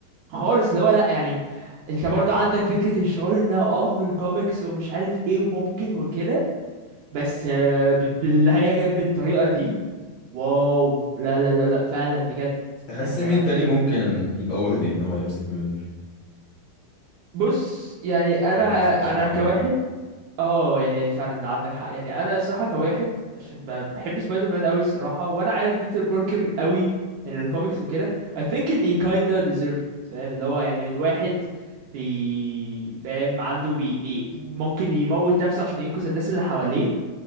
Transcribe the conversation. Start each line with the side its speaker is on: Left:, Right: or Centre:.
Right: خالص اللي هو لا يعني انت برضو عندك فكرة الشعور انها اه في الكوميكس ومش عارف ايه وممكن وكده بس آه، ب- باللي هي جت بالطريقة دي واو لا لا لا لا فعلا بجد
Left: تحس
Right: يعني
Left: مين
Right: انا
Left: تاني
Right: م-
Left: ممكن يبقى worthy ان هو يمسك ميولنير
Right: بص يعني انا
Left: ده ديسكشن
Right: انا
Left: عميق
Right: كواحد
Left: شويه
Right: اه يعني فعلا ده عندك حق يعني انا الصراحه كواحد عشان ب- بحب سبايدر مان قوي الصراحه وانا عارف بيتر باركر قوي من الكوميكس وكده I think ان he kinda deserves it فاهم اللي هو يعني من واحد بي فاهم عنده بي بي
Left: مم.
Right: ممكن يموت نفسه عشان ينقذ الناس اللي حواليه